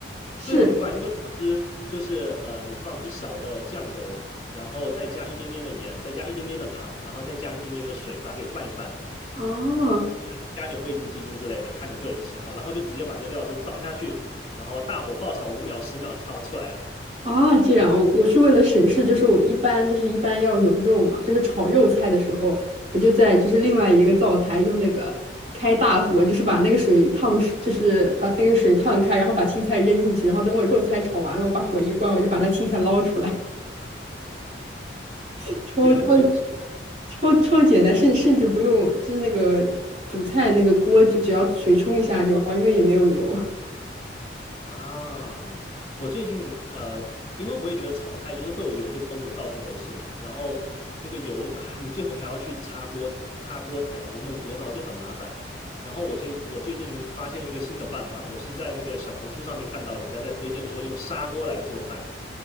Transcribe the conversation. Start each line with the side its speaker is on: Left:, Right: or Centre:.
Right: 是
Left: 对，很快。那个料汁就是呃，你放一勺的酱油，然后再加一点点的盐，再加一点点的糖，然后再加一点点的水，把它给拌一拌。
Right: 哦
Left: 呃，再加点味精、鸡精之类的，看你个人喜好。然后就直接把这个料汁倒下去，然后大火爆炒五秒、十秒，炒出来了，
Right: 啊，这样我我是为了省事，就是我一般就是一般要有肉嘛，就是炒肉菜的时候，我就在就是另外一个灶台用那个开大火，就是把那个水烫熟，就是把那个水烫开，然后把青菜扔进去，然后等我肉菜炒完了，我把火一关，我就把那青菜捞出来，<laughs> 超超
Left: 也很省事。
Right: 超超简单，甚甚至不用就是那个煮菜那个锅，就只要水冲一下就好，因为也没有油。<laughs>
Left: 啊，我最近呃，因为我也觉得炒菜就是会有油会崩的，到处都是嘛。然后那个油，你最后还要去擦锅、擦锅台，然后弄锅灶就很麻烦。然后我最我最近发现一个新的办法，我是在那个小红书上面看到人家在推荐说用砂锅来做饭，